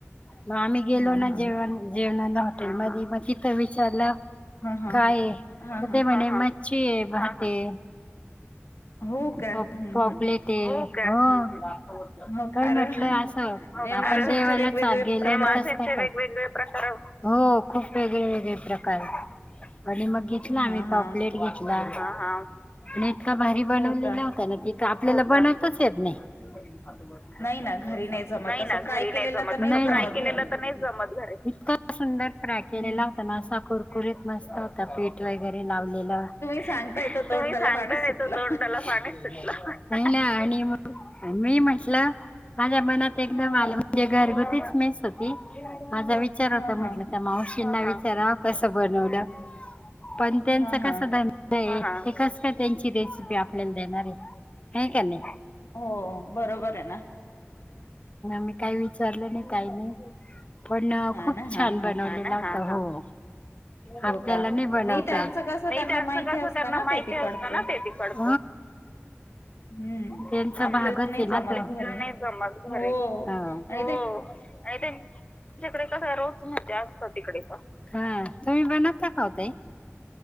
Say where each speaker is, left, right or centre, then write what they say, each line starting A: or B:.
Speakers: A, on the left; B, on the left.
A: मग आम्ही गेलो
B: हा
A: ना
B: हा
A: जेवण जेवणाला हॉटेलमध्ये मग तिथं विचारलं
B: हा हा
A: काय हाय?
B: हा
A: तर
B: हा
A: ते म्हणे मच्छी आहे, भात ये.
B: हो का
A: प
B: हम्म
A: पॉपलेट
B: हम्म
A: आहे. हो का? हो
B: का?
A: काय म्हटलंय
B: अरे
A: असं
B: हे
A: आपण
B: माशांचे
A: देवाला
B: वेगवेगळे
A: गेलोय
B: प्रकार
A: आणि कसं काय खा हो खूप वेगळे, वेगळे प्रकार आहेत. आणि मग घेतला आम्ही
B: हा
A: पॉप
B: हा
A: लेट घेतला. हा, हा. पण इतका भारी बनवलेलं
B: हो का
A: होता ना की ते तर आपल्याला बनवताच येत नाही. नाही
B: ना घरी जमत तसं
A: ना
B: फ्राय
A: घरी नाही
B: केलेलं
A: जमत
B: तर
A: तसं
B: नाहीच जमत
A: ट्राय केलेलं
B: घरी
A: तर नाहीच जमत घरी. इतका सुंदर फ्रॅय केलेला
B: हं.
A: होता ना, असा कुरकुरीत मस्त होता पीठ वगैरे लावलेला. तुम्ही
B: सांगताय तर तोंडाला
A: सांगताय
B: पाणी सुटलं
A: ना हित तोंडाला पाणी सुटलं. मी म्हटलं माझ्या मनात एकदम
B: हा
A: आलं
B: हा
A: म्हणजे घरगुतीच मेस मेस होती माझा विचार होता
B: हा
A: म्हणलं
B: हा
A: त्या मावशींना विच राव कसं बनवलं, पण त्यांचा
B: हा हा
A: कसा धंदा हाय कस काय त्यांची रेसिपी आपल्याला देणार आहे. हाय का नाही?
B: हो बरोबर आहे ना.
A: मी काही विचारलं नाही, काही नाही. पण
B: हा
A: खूप
B: ना हा
A: छान
B: हा
A: बनवलेला होत हो.
B: हो
A: आपल्याला
B: का
A: नाही बनवता
B: त्यांचं
A: येत.
B: कसं
A: त्यांच
B: त्यांना माहिती
A: कस
B: असतं
A: त्यांना
B: ना
A: माहिती
B: ते तिकडचं
A: असत ना ते तिकडच.
B: हम्म
A: त्यांचा
B: आपल्याला
A: भागच
B: नाही
A: आहे
B: जमत
A: ना तो.
B: घरी
A: नाही जमत
B: हो
A: घरी हो.
B: आणि
A: <unintelligible> तिकडे कस रोज मज्जा असत तिकडे तुमही बनवता. का ओ ताई.